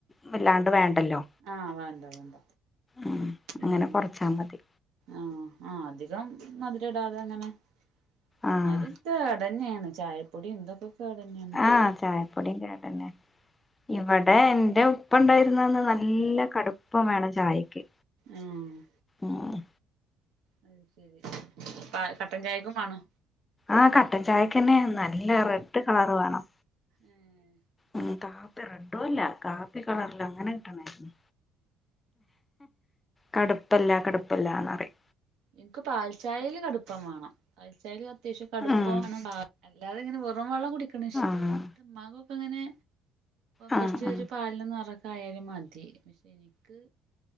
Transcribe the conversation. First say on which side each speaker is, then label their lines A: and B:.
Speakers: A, on the left; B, on the right.
A: വല്ലാണ്ട് വേണ്ടല്ലോ
B: ആഹ് വേണ്ട വേണ്ട
A: ഉം അങ്ങനെ
B: ഉം
A: കൊറച്ചാ മതി
B: ആഹ് ആഹ് അധികം മധുരടാതെ അങ്ങനെ എന്നാല്
A: ആഹ്
B: കേടന്നേണ് ചായപ്പൊടിന്തൊക്കെ കേടന്നേണ്
A: ആ ചായപ്പൊടി കേടന്നെ ഇവിടെ എന്റെ ഉപ്പണ്ടായിരുന്നന്ന് നല്ല കടുപ്പംവേണം ചായക്ക്
B: ഏഹ്
A: ആഹ്
B: അത് ശെരി പാ കട്ടൻചായക്കും വേണോ
A: ആ കട്ടൻ ചായക്കെന്നെ നല്ല റെഡ് കളറ് വേണം
B: ഏഹ്
A: ഉം കാപ്പി റെഡ്ഡോല്ല കാപ്പി കളറില അങ്ങനെ കിട്ടണായിരുന്നു കടുപ്പല്ല കടുപ്പല്ലാന്ന്റിം
B: ഇൻക്ക് പാൽചായേല് കടുപ്പംവാണം പാൽചായേൽ അത്യാവശ്യം കടുപ്പം
A: ഉം
B: വേണം അല്ലാതെ ഇങ്ങനെ വെർ റുംവെള്ളം കുടിക്ക്‌ണേ ഇഷ്ട്ടല്ല
A: ആഹ്
B: ഇമ്മക്കോങ്ങനെ
A: ആഹ്
B: കൊർചൊര്
A: ആഹ്
B: പാൽ ഇല്ല നിറക്കായാലും മതി പക്ഷെ എനിക്ക്